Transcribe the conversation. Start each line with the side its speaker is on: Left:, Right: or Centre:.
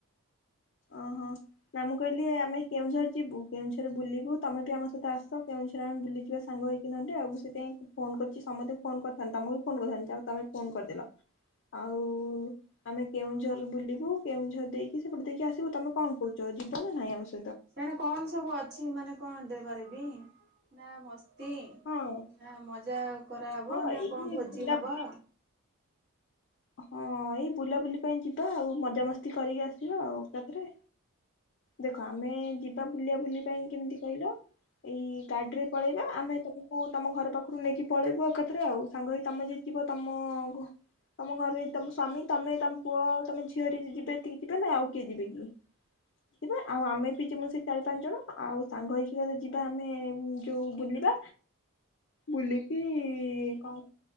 Left: ଓହୋ ନା ମୁଁ କହିଲି ଆମେ କେଉଁଝର ଯିବୁ କେଉଁଝର ବୁଲିବୁ ତମେ ବି ଆମ ସେତ ଆସ କେଉଁଝର ଆମେବୁଲିଯିବା ସାଙ୍ଗ ହୋଇକି ନହେ ଆକୁ ସେଥିପାଇଁ ଫୋନ କରିୁଛି ସମସ୍ତେ ଫୋନ କରିଥାନ୍ତି ତମ ବି ଫୋ କରିଥାନ୍ତି ଆଉ ତମେ ଫୋନ କରିଦେଲ ଆଉ ଆମେ କେଉଁଝ ଝର ବୁଲିବୁ କେଉଁ ଝର ଦେଇକି ସେପଟେକ ଆସ ତମେ କଣ କହୁଛ ଯିବ ନାଇଁ ଆମ ସ
Right: ସେଣେ କଣ ସବୁ ଅଛି ମାନେ କଣ ଦେବା ଦେବୀ ନା ମ ଇତି
Left: ହଁ
Right: ନା ମଜା କରାହବ
Left: ହଁ
Right: ନା
Left: ଏଇ
Right: କଣ ଭୋଜି
Left: ବୁଲାବୁଲି
Right: ହବ?
Left: ହଁ ଏଇ ବୁଲାବୁଲି ପାଇଁ ଯିବା ଆଉ ମଜାମସ୍ତି କରିକି ଆସିବା ଆଉ ଏକାଥରେ ଦେଖ ଆମେ ଯିବା ବୁଲିିବା ବୁଲି ପାଇଁ କେମିତି କହିଲ ଏଇ ଗାଡିରେ ପଳେଇବା ଆମେ ତମକୁ ତମ ଘର ପାଖରୁ ନେଇକି ପଳେଇବୁ ଏକାଥରେ ଆଉ ସାଙ୍ଗ ହେଇ ତମେ ଯଦି ଯିବ ତମ ତମ ଘରେ ତମ ସ୍ୱାମୀ ତମେ ତମ ପୁଅ ତମେ ଝିଅ ହେରିକା ଯଦି ଯିବେ ଏତିକି ଯିବେ ନା ଆଉ କିଏ ଯିବେ କି ଯିବା ଆଉ ଆମେ ବି ଯିମୁ ସେଇ ଚାରି ପାଞ୍ଚ ଜଣ ଆଉ ସାଙ୍ଗ ହେଇକିନା ତ ଯିବା ଆମେ ଯୋଉ ବୁଲିବା ବୁଲିକି କଣ